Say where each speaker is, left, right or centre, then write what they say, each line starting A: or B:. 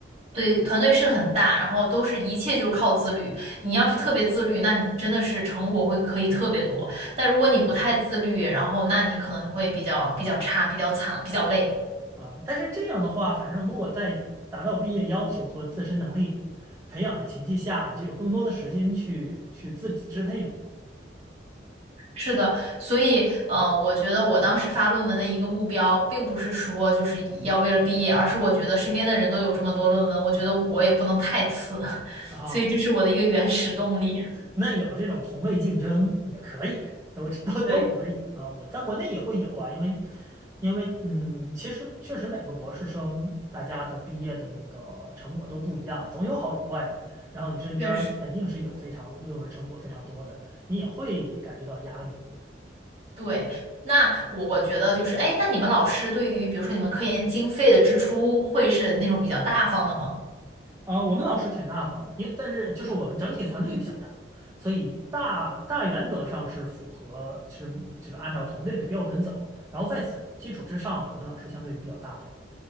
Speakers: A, on the right; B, on the right.
A: 对，团队是很大，然后都是一切就是靠自律。你要是特别自律，那你真的是成果会可以特别多。但如果你不太自律，然后那你可能就会比较比较差、比较惨、比较累。
B: 啊，但是这样的话，反正如果在达到毕业要求和自身能力培养的前提下，你就有更多的时间去去自己支配嘛。
A: 是的，所以，嗯、我觉得我当时发论文的一个目标，并不是说就是要为了毕业，而是我觉得身边的人都有这么多论文，我觉得我也不能太次，<laughs>
B: 啊，
A: 所以这是我的一个原始动力。
B: 那有这种同辈竞争也可以，都都都可以啊。
A: 对，
B: 我在国内也会有啊，因为因为嗯，其实确实每个博士生大家的毕业的那个成果都不一样，总有好有坏嘛。然后你身边儿肯定是有非常论文成果非常多的，
A: 确实。
B: 你也会感觉到压力。
A: 对，那我觉得就是，哎，那你们老师对于比如说你们科研经费的支出会是那种比较大方的吗？
B: 啊、呃我们老师挺大方的，因为但是就是我们整体团队比较大，所以大大原则上是符合，就是就是按照团队的标准走。然后在此基础之上，我们老师相对于比较大方。